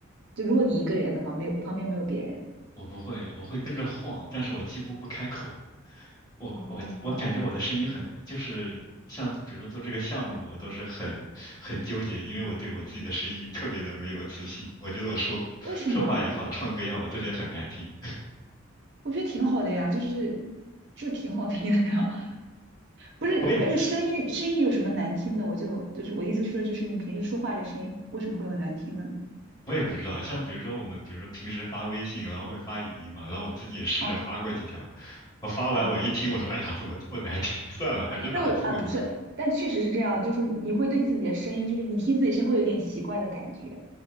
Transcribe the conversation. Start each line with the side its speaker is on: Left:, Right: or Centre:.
Right: 就如果你一个人的话，没有旁边没有别人，
Left: 我不会，我会跟着晃，但是我几乎不开口。我我我感觉我的声音很，
Right: 哦，好吧，
Left: 就是像比如说做这个项目，我都是很很纠结，因为我对我自己的声音特别的没有自信，我觉得我说说话也好，
Right: 为什么啊？
Left: 唱歌也好，我都觉得很难听。<laughs>
Right: 我觉得挺好的呀，就是就挺好听的呀，<laughs> 不是，
Left: 我也我
Right: 而且声音声音有什么难听的？我就就是我意思是说，就是你平时说话这声音为什么会有难听的
Left: 我也不知道，像比如说我们，比如说平时发微信，然后会发语音嘛，然后我自己也试着发过几条，
Right: 啊
Left: 我发完我一听，
Right: 啊！
Left: 我说，哎呀，怎么这么难听？<laughs> 算了，还是打字吧。
Right: 那我啊不是，但确实是这样，就是你会对自己的声音，就是你听自己声音会有点奇怪的感觉，